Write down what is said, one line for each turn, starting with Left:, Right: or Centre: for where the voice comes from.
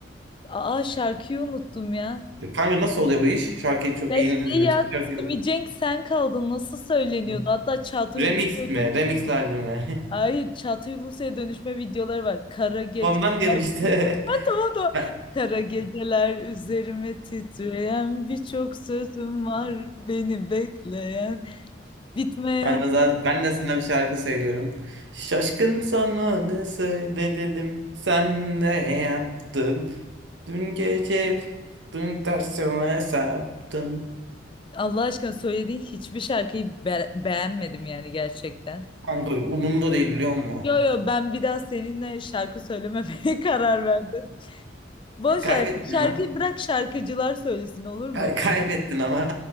Left: Aa şarkıyı unuttum ya.
Right: E, Kanka nasıl oluyor bu iş? Şarkıyı çok
Left: Ya
Right: yeni dinlemiştim.
Left: şey ya
Right: Şarkı...
Left: Simi Cenk sen kaldın nasıl söyleniyordu?
Right: Hı.
Left: Hatta Çağatay
Right: Remix
Left: Ulusoy'a
Right: mi?
Left: dönüşme.
Right: Remixlerdi mi? <laughs>
Left: Hayır Çağatay Ulusoy'a dönüşme videoları var. Kara gece.
Right: Ondan diyorum işte.
Left: Ha, tamam da
Right: <laughs>
Left: Kara geceler üzerime titreyen birçok sözüm var beni bekleyen bitmeyen.
Right: Ben ben de, za- ben de sana bir şarkı söylüyorum. Şaşkın sana ne söyle dedim. Sen ne yaptın? Dün gece dün tersime saptın.
Left: Allah aşkına söylediğin hiçbir şarkıyı be- beğenmedim yani gerçekten.
Right: Kanka umurumda değil biliyor musun?
Left: Yo yo ben bir daha seninle şarkı söylememeye <laughs> karar verdim. Boş
Right: Kaybettin
Left: ver şarkıyı
Right: ama.
Left: bırak şarkıcılar söylesin olur mu?
Right: Kay- kaybettin ama.